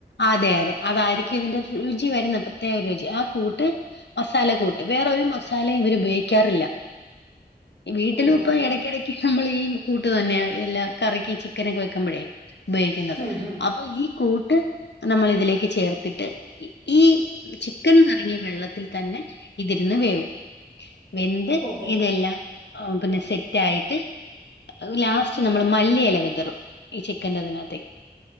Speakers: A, on the left; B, on the left.
A: അതെ അതെ അതായിരിക്കും ഇതിന്റെ രുചി വരുന്ന പ്രത്യേക രുചി ആ കൂട്ട്. മസാല കൂട്ട് വേറൊരു മസാല ഇവർ ഉപയോഗിക്കാറില്ല. വീട്ടിലും
B: ആ
A: ഇപ്പ
B: ആ ആ
A: ഇടയ്ക്കിടയ്ക്ക് നമ്മൾ ഈ കൂട്ട് തന്നെയ എല്ലാ കറിക്ക് ചിക്കൻ ഒക്കെ വെക്കുമ്പഴേ. ഉപയോഗിക്കുന്നത്
B: ഉം ഉം
A: അപ്പൊ ഈ കൂട്ട് നമ്മൾ ഇതിലേക്ക് ചേർത്തിട്ട് ഈ ചിക്കൻ ന്നറങ്ങിയ വെള്ളത്തിൽ തന്നെ ഇതിരുന്ന് വേവും. വെന്ത്
B: ഓഹോ
A: ഇതെല്ലാം പിന്നെ സെറ്റായിട്ട്. ലാസ്റ്റ് നമ്മള് മല്ലി ഇല വിതറും ഈ ചിക്കന്റെ അതിനകത്തേക്ക്